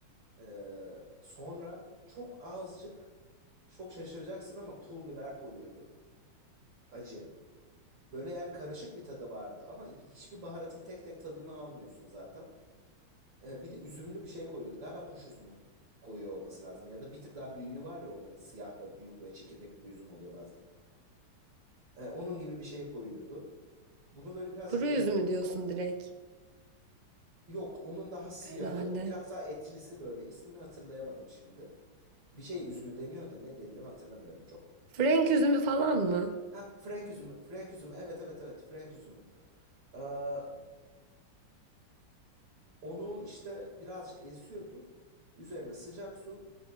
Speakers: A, on the right; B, on the right.
A: Ee, sonra çok azıcık çok şaşıracaksın ama pul biber koyuyordu. Acı. Böyle yani karışık bir tadı vardı ama hiçbir baharatın tek tek tadını almıyorsun zaten. Ee, bir de üzümlü bir şey koyuyordu. Galiba kuş üzümü koyuyor olması lazım. Ya da bir tık daha büyüğü var ya onların siyah ve büyük böyle çekirdekli bir üzüm oluyor bazen. Ee, onun gibi bir şey koyuyordu. Bunu böyle birazcık
B: Kuru
A: eziyordu
B: üzümü diyorsun
A: sonra.
B: direkt
A: Yok onun daha siyahı
B: herhalde.
A: biraz daha etlisi böyle. İsmini hatırlayamadım şimdi. Bir şey üzümü deniyor da ne deniyor hatırlamıyorum çok.
B: Frenk üzümü falan mı?
A: Ha Frank üzümü. Frank üzümü. Evet evet evet Frank üzümü. Ee, onu işte birazcık eziyordu. Üzerine sıcak su,